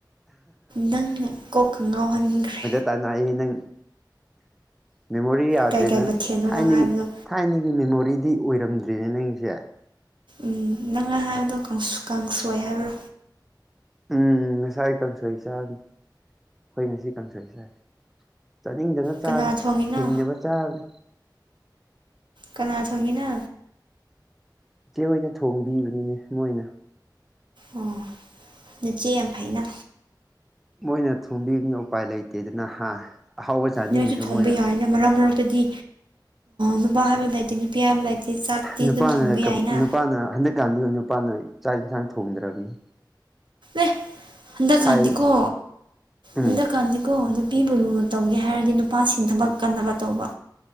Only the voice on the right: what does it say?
ꯅꯪꯅ ꯀꯣꯛꯀ ꯉꯥꯎꯍꯟꯈ꯭ꯔꯦ
ꯀꯩ ꯀꯩ
ꯃꯊꯦꯜꯅꯣ
ꯅꯪ ꯍꯥꯏꯕꯗꯣ
ꯎꯝ ꯅꯪꯅ ꯍꯥꯏꯕꯗꯣ ꯀꯥꯡꯁꯣꯏ ꯍꯥꯏꯕ꯭ꯔꯣ
ꯀꯅꯥ ꯊꯣꯡꯉꯤꯅꯣ
ꯀꯅꯥ ꯊꯪꯉꯤꯅ
ꯑꯣ ꯅꯠꯆꯦ ꯌꯥꯝ ꯐꯩꯩꯅ
ꯅꯣꯏꯁꯨ ꯊꯣꯡꯕ
ꯌꯥꯏꯅ ꯃꯔꯛ ꯃꯔꯛꯇꯗꯤ ꯅꯨꯄꯥ ꯍꯥꯏꯕ ꯂꯩꯇꯦ ꯅꯨꯄꯤ ꯍꯥꯏꯕ ꯂꯩꯇꯦ ꯆꯥꯛꯇꯤ
ꯑꯗꯨꯝ ꯊꯣꯡꯕ ꯌꯥꯏꯅ
ꯑꯦꯦ ꯍꯟꯗ
ꯀꯥꯟꯗꯤꯀꯣ
ꯍꯟꯗ ꯀꯥꯟꯗꯤꯀꯣ ꯅꯨꯄꯤꯕꯨ ꯂꯨꯅ ꯇꯧꯒꯦ ꯍꯥꯏꯔꯗꯤ ꯅꯨꯄꯥꯁꯤꯡ ꯊꯕꯛ ꯀꯟꯅꯕ ꯇꯧꯕ